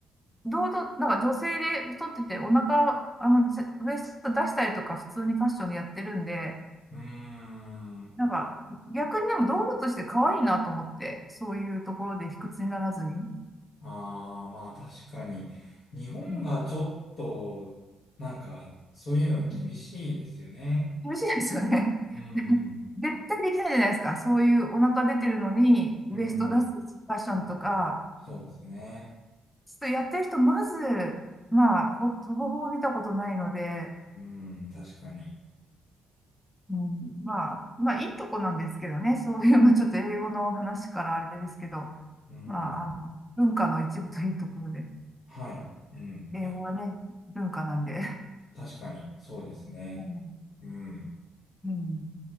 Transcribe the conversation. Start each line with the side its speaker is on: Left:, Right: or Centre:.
Centre: 堂々、なんか女性で太っててお腹、あの、ぜウエスト出したりとか普通にファッションでやってるんで、
Left: うーん。
Centre: なんか、逆にでも堂々として可愛いなと思って、そういうところで卑屈にならずに。
Left: ああ、まあ確かに。日本がちょっと、
Centre: うん。
Left: なんか、そういうの厳しいですよね。
Centre: うん厳しいですよね。
Left: うん。
Centre: <laughs> 絶対できないじゃないですか。そういうお腹出てるのに、ウエスト出すファッションとか、
Left: うん。うん。そうですね。
Centre: ちょっとやってる人、まず、まあ、ほ、ほぼほぼ見たことないので、
Left: うん、確かに。
Centre: うん、まあ、まあ、いいとこなんですけどね、<laughs> そういう、まあ、ちょっと英語の話からあれですけど、
Left: うん。
Centre: まあ、あの、文化の一部というところで、
Left: はい。うん。
Centre: 英語はね、
Left: いや
Centre: 文化なんで、<laughs>
Left: 確かに、そうですね。
Centre: うん、
Left: うん。
Centre: うん